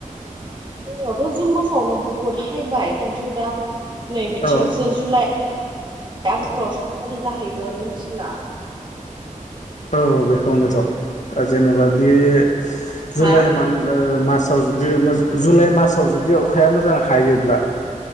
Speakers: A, on the right; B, on the left.
A: जोंनावथ' जुन मासावनो बुहुत हायबाय खिन्थु दा नै बिथिंसो
B: औ
A: जुलाइ बे आगोस्टफोरावसो माबादि जाहैगोन मिथिला
B: औ बेखौनोथ' जेनेबा बे
A: हा
B: जुलाइ मान्ट ओ मा साव जुदि जुलाइ मासाव जुदि अखाया मोजां। हायोब्ला